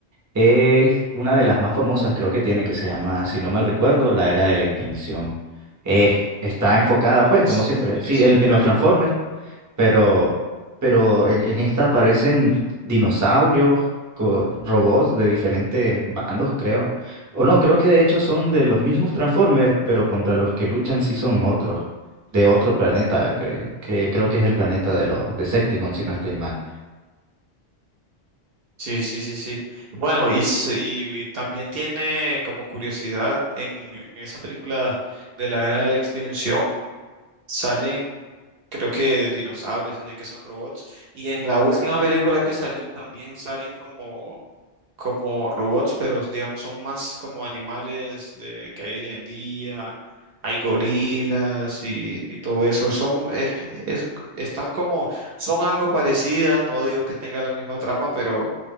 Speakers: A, on the right (about 25°); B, on the right (about 65°).
A: Es una de las más famosas, creo que tiene, que se llama, si no mal recuerdo, La Era de la Extinción. Eh, está enfocada,
B: Oh,
A: pues, como
B: sí,
A: siempre,
B: sí,
A: sí,
B: es
A: en,
B: un
A: en
B: película.
A: los Transformers, pero, pero en, en esta aparecen dinosaurios, co- robots de diferentes bandos, creo. O no, creo que de hecho son de los mismos Transformers, pero contra los que luchan sí son otros, de otro planeta, cre- que creo que es el planeta de los Decepticons, si no estoy mal.
B: Sí, sí, sí, sí. Bueno, y, s- y también tiene como curiosidad, en, en esa película de la era de la extinción salen, creo que dinosaurios, así que son robots. Y en la última película que salió también salen como, como robots, pero digamos son más como animales de, que hay hoy en día. Hay gorilas y, y todo eso. Son, es- es- están como, son algo parecidas. No digo que tenga la misma trama, pero